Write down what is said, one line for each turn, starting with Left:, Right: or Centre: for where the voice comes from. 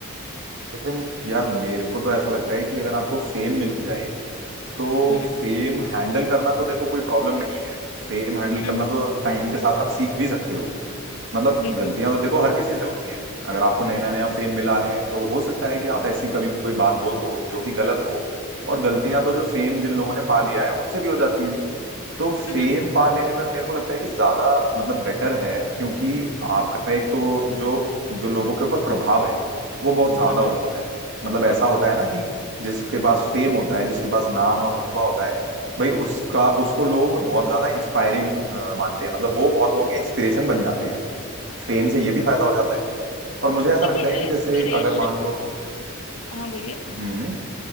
Right: लेकिन यार मेरे को तो ऐसा लगता है कि अगर आपको फेम मिल जाए तो
Left: हम्म
Right: फेम हैंडल करना तो देखो कोई प्रॉब्लम नहीं है फेम हैंडल
Left: हम्म
Right: करना तो टाइम के साथ आप सीख भी सकते हो मतलब
Left: बिल्कुल
Right: गलतियां तो देखो हर किसी से होती हैं अगर आपको नया नया
Left: हम्म
Right: फेम मिला है तो हो सकता है कि आप ऐसी कभी कोई बात बोल दो जो कि गलत हो और गलतियां तो जो फेम जिन लोगों ने पा लिया है उनसे भी हो जाती हैं तो फेम
Left: हम्म
Right: पा लेने में मेरे को लगता है कि ज्यादा मतलब बेटर है क्योंकि आपका एक तो वो जो जो लोगों के ऊपर प्रभाव है वो बहुत ज्यादा
Left: हम्म
Right: हो जाता है मतलब ऐसा होता है ना कि जिसके पास फेम होता है जिसके पास नाम और रुतबा होता है भाई उसका उसको लोग बहुत ज्यादा इंस्पायरिंग मानते हैं मतलब वो बहुत लोगों के इंस्पिरेशन बन जाते हैं फेम से ये भी फायदा हो जाता है और मुझे ऐसा
Left: देखिए
Right: लगता है कि जैसे
Left: इंस्पिरेशन
Right: अगर मान लो
Left: हाँ बोलिए
Right: हम्म